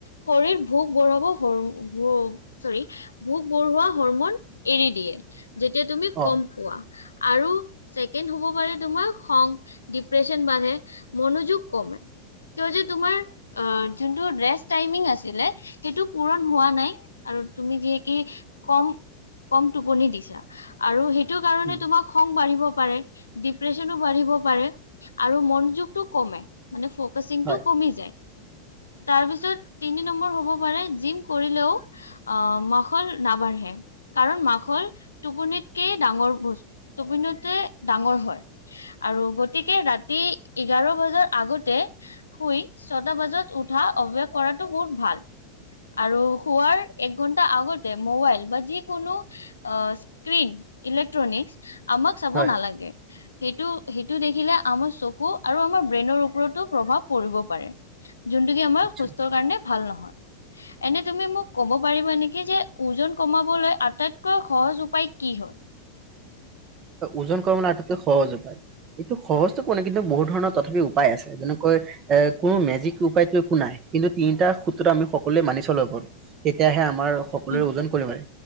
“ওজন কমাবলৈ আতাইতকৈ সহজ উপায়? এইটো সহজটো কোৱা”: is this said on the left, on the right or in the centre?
Right